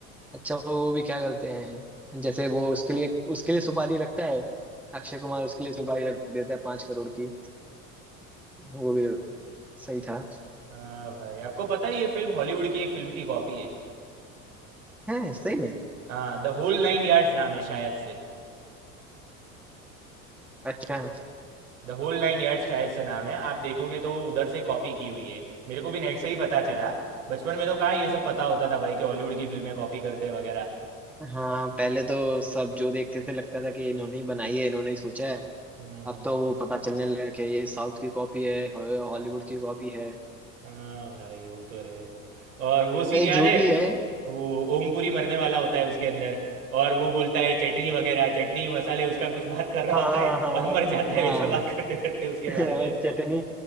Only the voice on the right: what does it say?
हाँ भाई आपको पता है ये फिल्म हॉलीवुड की एक फिल्म की कॉपी है
हाँ द होल नाइन यार्ड्स नाम है शायद से
द होल नाइन यार्ड्स शायद से नाम है आप देखोगे तो उधर से कॉपी की हुई है मेरे को भी नेट से ही पता चला बचपन में तो कहाँ ये सब पता होता था भाई कि हॉलीवुड की फिल्में कॉपी करते हैं वगैरह
हम्म
हम्म,
हम्म।
हाँ भाई वो तो है और वो सीन
याद
है
वो ओमपुरी मरने वाला होता है उसके अंदर और वो बोलता है चटनी वगैरह चटनी मसाले उसका कुछ बात कर रहा
होता
है
और मर जाता है
वैसे बात
करते करते उसके
बारे में